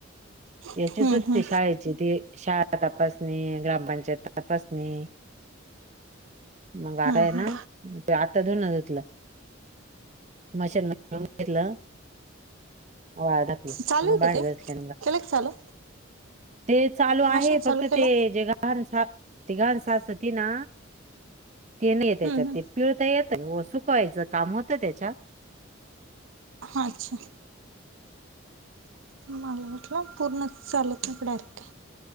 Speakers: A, on the right; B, on the right.
A: याचीच
B: हम्म
A: होते
B: हम्म
A: शाळेची ते शाळा तपासणी ग्रामपंचायत तपासणी मग
B: हम्म
A: आय
B: हम्म
A: ना आता धुन ुतलं मशन घेतलं ळाकलं
B: चालू
A: म
B: आहे
A: बाडगच
B: का ते
A: ग
B: केलं का चालू
A: ते चालू आहे
B: मशीन चालू
A: फक्त
B: केलं
A: ते जे घहान ती गान सास हो तती ना ते नाही
B: हम्म
A: येत त्याच्यात
B: हम्म
A: ते पिळता येत सुकवायचं काम होतं त्याच्या
B: अच्छा मला म्हटलं पूर्ण चालत नाहीकडारक आहे